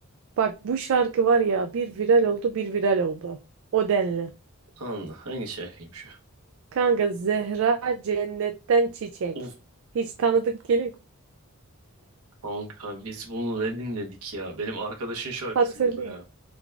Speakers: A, on the right (about 60°); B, on the right (about 80°).
A: Bak bu şarkı var ya bir viral oldu bir viral oldu. O denli.
B: Allah hangi şarkıymış
A: Kanka Zehra Cennetten Çiçek.
B: o?
A: Hiç tanıdık geliyor.
B: Kanka biz bunu ne dinledik ya? Benim arkadaşın şarkısıydı
A: Hatırlıyorum.
B: bu ya.